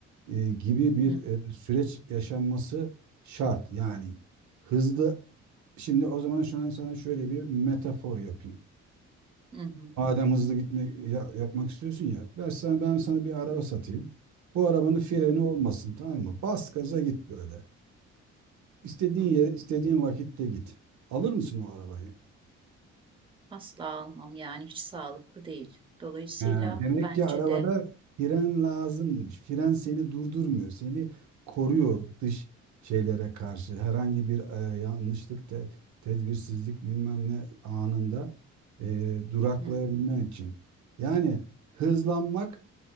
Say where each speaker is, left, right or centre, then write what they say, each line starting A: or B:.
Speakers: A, on the right; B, on the right.
A: e, gibi bir
B: Hı hı.
A: e, süreç yaşanması şart. Yani hızlı, şimdi o zaman şu an sana şöyle bir metafor yapayım.
B: Hı hı.
A: Madem
B: Hı hı.
A: hızlı gitme ya- yapmak istiyorsun ya. Ben sana, ben sana bir araba satayım. Bu arabanın freni
B: Hı hı.
A: olmasın tamam mı? Bas gaza git böyle. İstediğin
B: Hı hı.
A: yere
B: Hı
A: istediğin
B: hı.
A: vakitte git. Alır mısın o arabayı?
B: Asla almam yani hiç sağlıklı değil. Dolayısıyla
A: He, demek
B: bence
A: ki arabada
B: de
A: fren lazımmış. Fren seni durdurmuyor. Seni koruyor dış şeylere karşı. Herhangi bir e, yanlışlık, te- tedbirsizlik bilmem ne anında e, duraklayabilmen
B: hı hı.
A: için. Yani hızlanmak